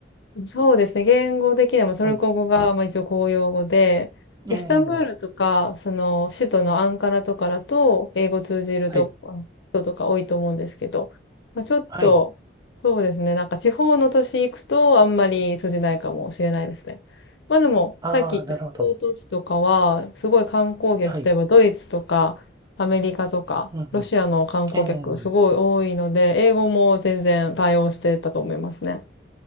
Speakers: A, on the left; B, on the right.
A: そうですね。言語的にはもうトルコ語が、
B: はい
A: まあ、一応公用語で、イスタンブールとか、
B: ええ、
A: その、首都のアンカラとかだと、英語通じると、
B: はい、
A: あの人とか多いと思うんですけど、まあ、ちょっと、
B: はい。
A: そうですね。なんか地方の都市行くと、あんまり通じないかもしれないですね。まあでも、
B: ああ、
A: さっき言ったリゾート地とかは、
B: なるほど。
A: すごい観光客、
B: はい。
A: 例えばドイツとか、アメリカとか、
B: うんうん。
A: ロシアの観光客、
B: ええ、
A: すごい多いので、英語も全然対応してたと思いますね。